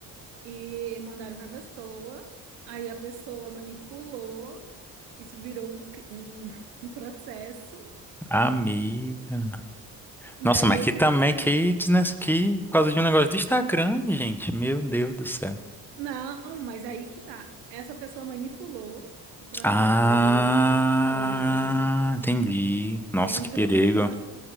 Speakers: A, on the right; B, in the centre.
A: e mandaram pra pessoa. Aí a pessoa manipulou, isso virou um, cri- um, <laughs> um processo.
B: amiga.
A: E
B: Nossa,
A: aí
B: mas
A: esse
B: que também,
A: processo.
B: que, desnes- que por causa de um negócio do Instagram, gente. Meu Deus do céu.
A: Não, mas aí que tá. Essa pessoa manipulou o processo.
B: Ah,
A: O, o- Eu falei,
B: entendi. Nossa,
A: entrou
B: que perigo.
A: com pro